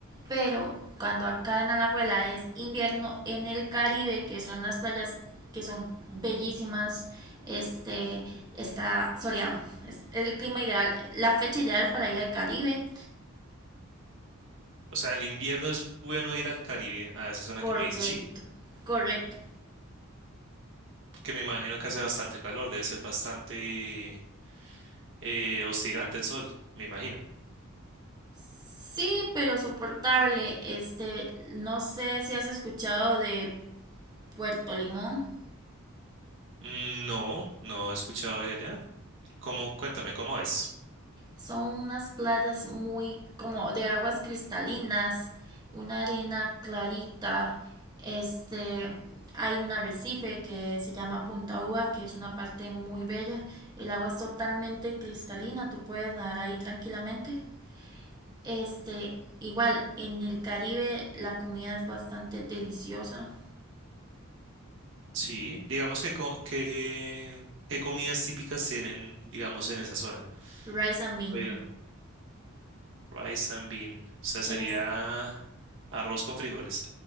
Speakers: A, on the right; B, on the right.
A: pero cuando acá en Alajuela es invierno, en el Caribe, que son las playas que son bellísimas, este está soleado. Es el clima ideal, la fecha ideal para ir al Caribe.
B: O sea, el invierno es bueno ir al Caribe, a esa zona
A: Correcto,
B: que me dices, sí,
A: correcto.
B: porque me imagino que hace bastante calor, debe ser bastante eh, hostigante el sol, me imagino.
A: Sí, pero soportable. Este, no sé si has escuchado de Puerto Limón.
B: Mm, No, no he escuchado de allá. ¿Cómo? Cuéntame, ¿cómo es?
A: Son unas playas muy como de aguas cristalinas, una arena clarita. Este, hay un arrecife que se llama Punta Uva, que es una parte muy bella. El agua es totalmente cristalina, tú puedes nadar ahí tranquilamente. Este, igual en el Caribe la comida es bastante deliciosa.
B: Sí, digamos que, co- que, ¿qué comidas típicas tienen, digamos, en esa zona?
A: Rice and bean.
B: Oiga, rice and bean, o sea,
A: Es
B: sería arroz con frijoles.